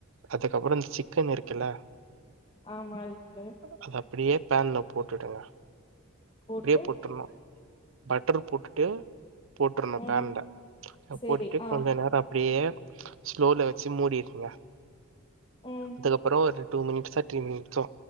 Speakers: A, on the right; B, on the left.
A: அதுக்கப்புற சிக்கன் இருக்குல்ல
B: ஆமா இருக்கு
A: அத அப்டியே பேன்ல போட்டுங்க
B: போட்டு
A: அப்டியே போட்டுணு பட்டர் போட்டுட்டு போட்டுருணு
B: ம்
A: பேன்ல
B: செரி
A: போட்டுட்டு
B: ஆ
A: கொஞ்சோ நேரம் அப்டியே ஸ்லோல வச்சு மூடிருங்க
B: ம்
A: அதுக்கப்பறோ ஒரு டூ மினிட்சோ த்ரீ மினிட்சோ